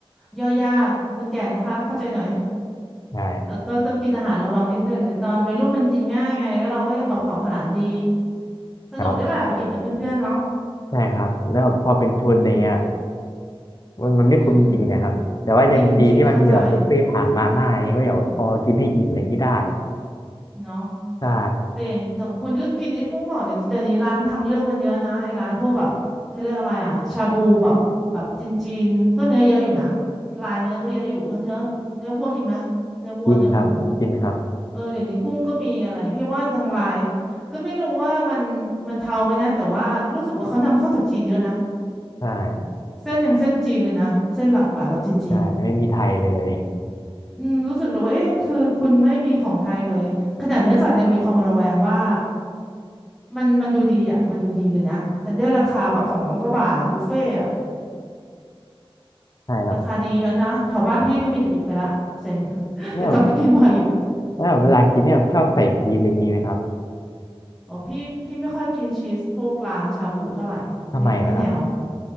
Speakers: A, in the centre; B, on the left.
A: ย่อยยากคนแก่นะคะเข้าใจหน่อย
B: ใช่
A: เออก็ต้องกินอาหารระวังนิดนึงแต่ตอนวัยรุ่นมันกินง่ายไงแล้วเราก็ยังแบบเผาผลาญดีสนุกด้วยแหละไปกินกับเพื่อนๆเนาะ
B: ครับใช่ครับแล้วพอเป็นชุดอะไรเงี้ยมันมันไม่คุ้มจริงนะครับแต่ว่ายังดีที่มันมีแบบบุฟเฟ่ต์ผักมาม่าอย่างเงี้ยก็อย่างว่าพอกินให้อิ่มอะไรอย่างงี้ได้
A: อืมจริงๆเข้าใจเนาะ
B: ใช่
A: แต่อย่างอย่างคุณก็กินไอ้พวกหมอเดี๋ยวนี้แต่นี้ร้านทางเลือกมันเยอะนะไอ้ร้านพวกแบบเขาเรียกอะไรอะชาบูแบบแบบจีนจีนก็เนื้อเยอะอยู่นะลายเนื้อก็เยอะอยู่ทั้งเนื้อเนื้อวัวกินไหมเนื้อวัวเนื้อหมู
B: กินครับกินครับ
A: เออเดี๋ยวนี้กุ้งก็มีอะไรพี่ว่าทางไลน์ก็ไม่รู้ว่ามันมันเทาไหมนะแต่ว่ารู้สึกว่าเขานำเข้าจากจีนเยอะนะ
B: ใช่
A: เส้นหนึ่งเส้นจีนเลยนะเส้นหลากหลายแบบจีนๆ
B: ใช่ไม่มีไทยเลย
A: อืมรู้สึกเลยว่าเอ๊ะคือคุณไม่มีของไทยเลยขนาดเนื้อสัตว์ยังมีความระแวงว่า มันมันดูดีอ่ะมันดูดีเลยนะทันเดอร์ราคาแบบสองร้อยกว่าบาทอ่ะบุฟเฟ่อะ
B: ใช่ครับ
A: ราคาดีเยอะนะแถวบ้านพี่ก็มีแต่ปิดไปละเซ็ง <laughs>
B: แล้ว
A: แต่ก่อนก็กินบ่อยอยู่
B: แล้วเวลากินเนี่ยชอบใส่ชีสอะไรอย่างงี้ไหมครับ
A: อ๋อพี่พี่ไม่ค่อยกินชีสพวกร้านชาบูเท่าไหร่ไม่ไม่แนว
B: ทำไมนะครับ